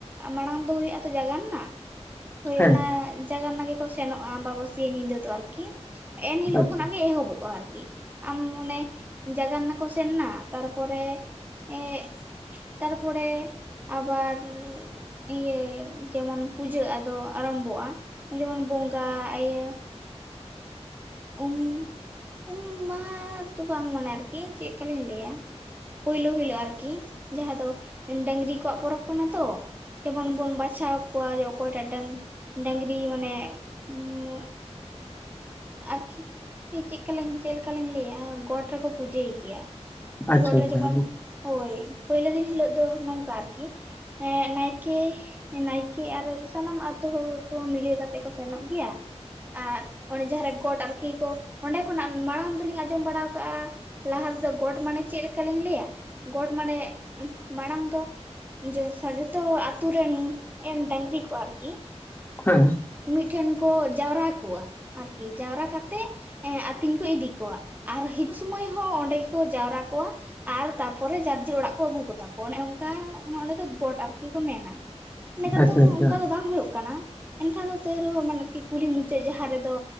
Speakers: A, on the right (about 15°); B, on the left (about 15°).
A: ᱢᱟᱲᱟᱝ ᱫᱚ ᱦᱳᱭᱳᱜᱼᱟ ᱛᱚ ᱡᱟᱜᱟᱱᱱᱟ᱾ ᱦᱳᱭ
B: ᱦᱮᱸ
A: ᱚᱱᱟ ᱡᱟᱜᱟᱱᱱᱟ ᱜᱮᱠᱚ ᱥᱮᱱᱚᱜᱼᱟ ᱟᱢᱵᱟ ᱵᱟᱹᱥᱤᱭᱟᱹ ᱧᱤᱫᱟᱹ ᱫᱚ ᱟᱨᱠᱤ᱾ ᱮᱱᱦᱤᱞᱳᱜ
B: ᱦᱮᱸ ᱟᱪᱪᱷᱟ
A: ᱠᱷᱚᱱᱟᱜ ᱜᱮ ᱮᱦᱚᱵᱚᱜᱼᱟ ᱟᱨᱠᱤ᱾ ᱟᱢ ᱢᱚᱱᱮ ᱡᱟᱜᱟᱱᱱᱟ ᱠᱚ ᱥᱮᱱᱮᱱᱟ ᱛᱟᱨᱯᱚᱨᱮ ᱮᱜ, ᱛᱟᱨᱯᱚᱨᱮ ᱟᱵᱟᱨ ᱤᱭᱟᱹ ᱡᱮᱢᱚᱱ, ᱯᱩᱡᱟᱹᱜ ᱟᱫᱚ ᱟᱨᱟᱢᱵᱷᱚᱜᱼᱟ ᱡᱮᱢᱚᱱ ᱵᱚᱸᱜᱟ ᱟᱭᱟᱹ ᱩᱢ ᱩᱢ ᱢᱟᱦᱟ ᱫᱚ ᱵᱟᱝ ᱢᱟᱱᱮ ᱟᱨᱠᱤ ᱪᱮᱫᱠᱟ ᱞᱤᱧ ᱞᱟᱹᱭᱼᱟ᱾ ᱯᱩᱭᱞᱩ ᱦᱤᱞᱳᱜ ᱟᱨᱠᱤ ᱡᱟᱦᱟᱸ ᱫᱚ ᱰᱟᱝᱨᱤ ᱠᱚᱣᱟᱜ ᱯᱚᱨᱚᱵ ᱠᱟᱱᱟ ᱛᱚ᱾ ᱡᱮᱢᱚᱱ ᱵᱚᱱ ᱵᱟᱪᱷᱟᱣ ᱠᱚᱣᱟ ᱡᱮ ᱚᱠᱚᱭᱴᱟᱜ ᱰᱟᱝ ᱰᱟᱝᱨᱤ ᱢᱟᱱᱮ ᱩᱢᱻ, ᱟᱨᱠᱤ ᱪᱮᱜᱠᱟᱞᱤᱧ ᱪᱮᱫᱞᱮᱠᱟᱞᱤᱧ ᱞᱟᱹᱭᱟ ᱜᱚᱸᱴ ᱨᱮᱠᱚ ᱯᱩᱡᱟᱹᱭ ᱜᱮᱭᱟ᱾
B: ᱟᱪᱪᱷᱟ
A: ᱜᱚᱸᱴ
B: ᱟᱪᱪᱷᱟ
A: ᱨᱮᱫᱚ ᱡᱮᱢᱚᱱ,
B: ᱦᱮᱸ
A: ᱦᱳᱭ ᱯᱳᱭᱞᱳ ᱫᱤᱱ ᱦᱤᱞᱳᱜ ᱫᱚ ᱱᱚᱝᱠᱟ ᱟᱨᱠᱤ ᱮ ᱱᱟᱭᱠᱮ, ᱦᱮᱸ ᱱᱟᱭᱠᱮ ᱟᱨ ᱥᱟᱱᱟᱢ ᱟᱛᱳ ᱦᱚᱲ᱾ ᱠᱳ ᱱᱤᱭᱟᱹ ᱠᱟᱛᱮᱜ ᱠᱚ ᱥᱮᱱᱚᱜ ᱜᱮᱭᱟ ᱟᱨ ᱚᱱᱮ ᱡᱟᱦᱟᱸ ᱨᱮ ᱠᱚᱴ ᱟᱨᱠᱤ ᱠᱚ ᱚᱸᱰᱮ ᱠᱷᱚᱱᱟᱜ ᱢᱟᱲᱟᱝ ᱫᱩᱞᱤᱧ ᱟᱸᱡᱚᱢ ᱵᱟᱲᱟ ᱠᱟᱜᱼᱟ᱾ ᱞᱟᱦᱟ ᱛᱮᱫᱚ ᱜᱚᱸᱴ ᱢᱟᱱᱮ ᱪᱮᱫ ᱞᱮᱠᱟᱞᱤᱧ ᱞᱟᱹᱭᱼᱟ ᱜᱚᱸᱴ ᱢᱟᱱᱮ, ᱢᱟᱲᱟᱝ ᱫᱚ ᱡᱟᱹᱥ-ᱟ ᱡᱚᱛᱚ ᱟᱛᱩ ᱨᱮᱱ ᱰᱟᱝᱨᱤ ᱠᱚ ᱟᱨᱠᱤ,
B: ᱦᱮᱸ
A: ᱢᱤᱫᱴᱷᱮᱱ ᱠᱚ ᱡᱟᱣᱨᱟ ᱠᱚᱣᱟ ᱟᱨᱠᱤ ᱡᱟᱣᱨᱟ ᱠᱟᱛᱮᱜ ᱮᱜ ᱟᱹᱛᱤᱧ ᱠᱚ ᱤᱫᱤ ᱠᱚᱣᱟ᱾ ᱟᱨ ᱦᱤᱡᱩᱜ ᱥᱩᱢᱟᱹᱭ ᱦᱚᱸ ᱚᱸᱰᱮ ᱜᱮᱠᱚ ᱡᱟᱣᱨᱟ ᱠᱚᱣᱟ᱾ ᱟᱨ ᱛᱟᱨᱯᱚᱨᱮ ᱡᱟᱨᱡᱤᱨ ᱚᱲᱟᱜ ᱠᱚ ᱟᱹᱜᱩ ᱠᱚᱛᱟ ᱠᱚᱣᱟ ᱚᱱᱮ ᱚᱱᱠᱟ ᱚᱱᱮ ᱚᱸᱰᱮ ᱫᱚ ᱜᱚᱴ ᱟᱨᱠᱤ ᱠᱚ ᱢᱮᱱᱟ᱾ ᱱᱮᱛᱟᱨ
B: ᱟᱪᱪᱷᱟ
A: ᱫᱚ
B: ᱟᱪᱪᱷᱟ
A: ᱚᱱᱠᱟ ᱫᱚ ᱵᱟᱝ ᱦᱩᱭᱩᱜ ᱠᱟᱱᱟ ᱮᱱᱠᱷᱟᱱ ᱫᱚ ᱛᱟᱹᱭ ᱨᱮᱦᱚᱸ ᱢᱟᱱᱮ ᱟᱨᱠᱤ ᱠᱩᱞᱦᱤ ᱢᱩᱪᱟᱹᱜ ᱡᱟᱦᱟᱸ ᱨᱮᱫᱚ